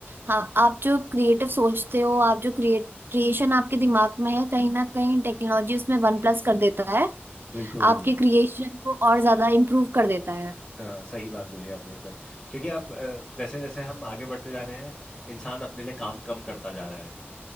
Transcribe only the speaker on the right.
हाँ आप जो क्रिएटिव सोचते हो आप जो क्रिएट क्रिएशन आपके दिमाग में है कहीं ना कहीं टेक्नोलॉजी उसमें वन प्लस कर देता है
आपके क्रिएशन को और ज्यादा इम्प्रूव कर देता है